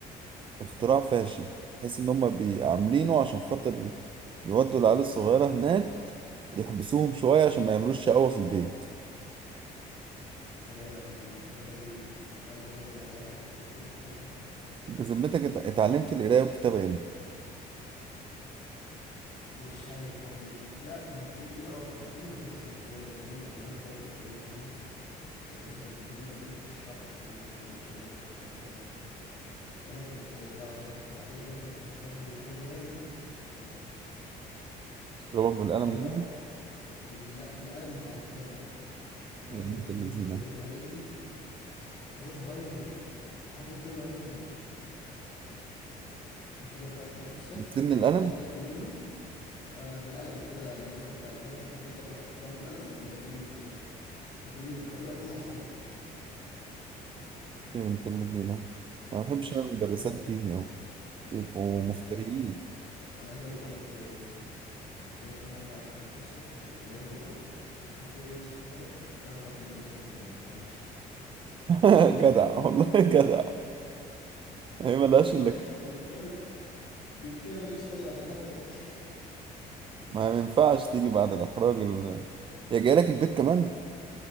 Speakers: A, on the right; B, on the left.
A: اختراع فاشل تحس ان هم بي- عاملينه عشان خاطر يودوا العيال الصغيرة هناك يحبسوهم شوية عشان ما يعملوش شقاوة في البيت
B: يا جدع دول الحضانه دي ولا فاكر منها اي حاجه يا ريتني كنت فاكر حاجه
A: بذمتك ات- اتعلمت القراية والكتابة امتى؟
B: مش عارف برضه م... لا كان في اه كان في مدرسه جات لي وانا زمان انا هقول لك موقف وانا صغير مدرسه كانت بتجي لنا البيت تشرح لي وتعلمني القرايه والكتابه وكده فانا كنت بقعد ارخم عليها وهي كانت بتضربني بالقلم جامد يا بنت ال...
A: ضربك بالقلم
B: كنت انا
A: جامد
B: بقى بال... بالقلم بتاع الكتابه القلم
A: يا بنت
B: اللي بتكتب
A: اللذينة
B: بيه بتعمله كده على ايدي وانا صغير والحركه دي بتوجع جدا انت جت في اخر الحصه
A: بتسن القلم
B: انا فاكر يوم آه بالقلم كده بالغطا بتاع ال- هي بتحط الغطا في ظهر القلم وتقوم ضرباني بيه كده لكنه بتعمله كأنه عصايه
A: يا بنت اللذينة أنا ما بحبش
B: اقسم
A: أنا المدرسات
B: بالله
A: دي يعني بيبقوا
B: والله
A: مفتريين
B: العظيم انا عايز اقول لك انا عملت فيها ايه جت في مره اخر الحصه قمت منادي ماما قالت لي يا يوسف في حاجه قلت لها مش عايز المدرسه دي تاني ريحتها وحشه
A: <laughs> جدع والله جدع هي ملهاش إلا
B: <laughs>
A: كده.
B: والله مش كده ما جاتش تاني بعد الحركه دي
A: ما ينفعش تيجي بعد الإحراج ال... يا جاي لك البيت كمان